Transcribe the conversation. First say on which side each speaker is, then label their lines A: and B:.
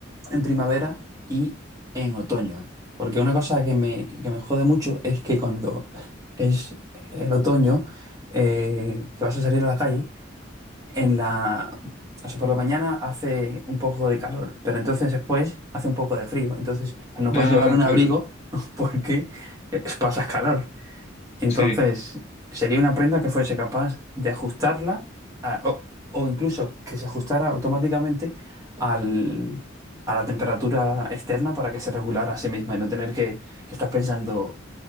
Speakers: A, on the right; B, on the left.
A: en primavera y en otoño. Porque una cosa que me, que me jode mucho es que cuando es el otoño, eh, que vas a salir a la calle, en la, o sea, por la mañana hace un poco de calor, pero entonces después hace un poco de frío. Entonces pues, no puedes
B: Ah,
A: llevar un abrigo
B: claro.
A: <laughs> porque eh, pasas calor. Entonces
B: Sí.
A: sería una prenda que fuese capaz de ajustarla a- o, o incluso que se ajustara automáticamente al, a la temperatura externa para que se regulara a sí misma y no tener que, que estar pensando.